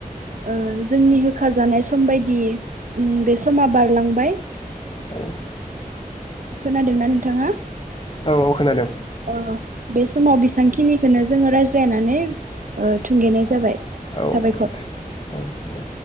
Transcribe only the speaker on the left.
औ
औ औ खोनादों
औ
दै औ दे